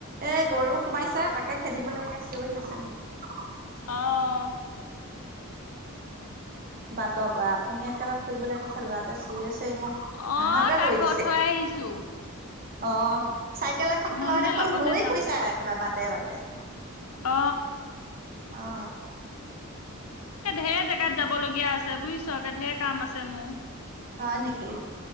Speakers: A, on the right; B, on the left.
A: এ গৰু সোমাইছে তাকে খেদিবলৈ একে চিঞৰি আছে মোক
B: অহ
A: বাটৰ পৰা আপুনি একেবাৰে ফুৰিবলৈ গৈছে লৰাটোৱে চিঞৰি আছে মোক
B: আহ
A: হাহাকাৰ
B: তাক
A: কৰি
B: ঘৰত
A: দিছেগে
B: থৈ আহিছো
A: অ চাইকেল এখন
B: মই
A: লৈ
B: মানে
A: দেখুন
B: লগতে
A: ঘূৰি ফুৰিছে একেবাৰে বাটে বাটে
B: অ
A: অহ
B: ঢেৰ জেগাত যাব লগগীয়া আছে বুজিছ একে ঢেৰ কাম আছে মোৰ
A: হয় নেকি